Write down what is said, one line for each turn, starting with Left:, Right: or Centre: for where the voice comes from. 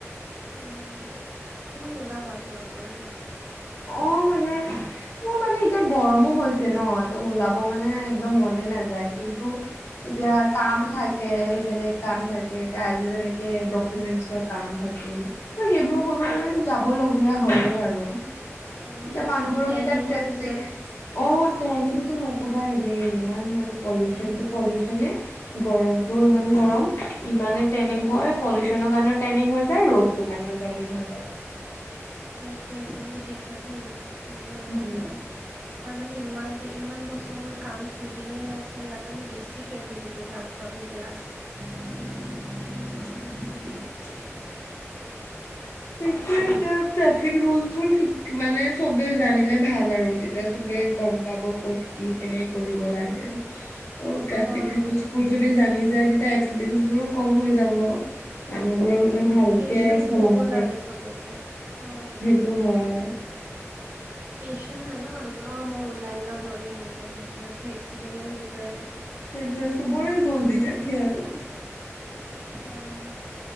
Right: উম তুমি নোলাবা ঘৰৰ পৰা
Left: অহ মানে মোৰ মানে এতিয়া গৰমো হৈছে ন এ ওলাব মানে একদম মনে নাযায় কিন্তু
Right: উম,
Left: এতিয়া কাম থাক। থাকে বেলেগ কাম থাকে এতিয়া আজি যেনেকে ডকুমেন্টচৰ কাম থাকে ত সেইবোৰ কৰিব মানে যাব লগগীয়া হয় বাৰু
Right: অ'
Left: এতিয়া
Right: তাৰপিছত
Left: মানুহবোৰক
Right: টেনিঙো
Left: এতিয়া ট্ৰেফিক
Right: হৈ যায়।
Left: অহ ট্ৰনিংটো নকবাই ৰে ইমান মানে পলিউশ্বন টো পলিউশ্বনে গৰমতটো ইমান গৰম ইমানে ট্ৰেইনিং হয় পলিউশ্বচনৰ কাৰণেও ট্ৰেইনিং হৈ যায় ৰ'দ তো কাৰনেও ট্ৰেইনিং হৈ যায়
Right: সেইটোৱে বহুত দিগদাৰ দেই এইবোৰ
Left: উম
Right: কাৰনে হয় মানে ইমান দে ইমান বছৰ বোৰ কাম চলিয়ে আছে যাৰ কাৰণে বেছি ট্ৰেফিক হৈ গৈছে ৰা ৰাস্তাবোৰ বেয়া
Left: <inaudible>
Right: <inaudible>
Left: সেইটোয়ে এতিয়া ট্ৰেফিক ৰুলটোৰ মানে, চবে জানিলে ভাল আৰু তেতিয়া চবে গ'ম পাব, ক'ত কি কেনেকে কৰিব লাগে?
Right: <inaudible>
Left: ত' ট্ৰেফিক
Right: অ',
Left: ৰুলছবোৰ যদি জানি যায়, তেতিয়া এক্সিডেন্টবোৰো কম হৈ যাব। মানুহবোৰো মানে ভালকে
Right: পেচেণ্ট
Left: চলাব।
Right: থ'ব লাগে চবকে অ
Left: টো হয়।
Right: পেচেণ্ট নাই ন, মানুহবোৰ? অ', মই ওলাই যাওঁ, জল্দি আনিম। থাকে তাৰপিছত এক্সিডেণ্টো হৈ যায়।
Left: সেইটোয়ে, চবৰে জল্দি থাকে আৰু।
Right: অ'।